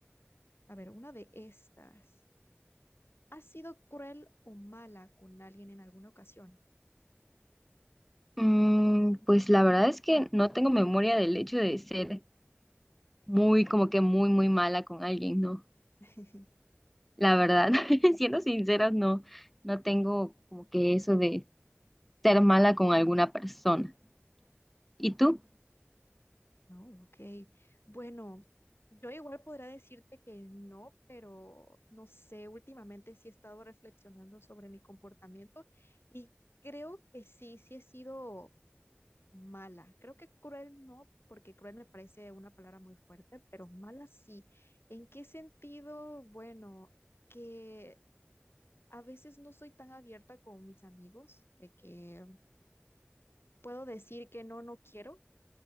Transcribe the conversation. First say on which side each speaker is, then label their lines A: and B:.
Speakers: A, on the left; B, in the centre.
A: A ver, una de estas. ¿Has sido cruel o mala con alguien en alguna ocasión?
B: Mm, pues la verdad es que no tengo memoria del hecho de ser muy, como que muy, muy mala con alguien, ¿no?
A: <laughs>
B: La verdad, <laughs> siendo sinceras, no, no tengo como que eso de ser mala con alguna persona. ¿Y tú?
A: No, ok. Bueno, yo igual podría decirte que no, pero no sé, últimamente sí he estado reflexionando sobre mi comportamiento y creo que sí, sí he sido mala. Creo que cruel no, porque cruel me parece una palabra muy fuerte, pero mala sí. ¿En qué sentido? Bueno, que a veces no soy tan abierta con mis amigos, de que puedo decir que no, no quiero,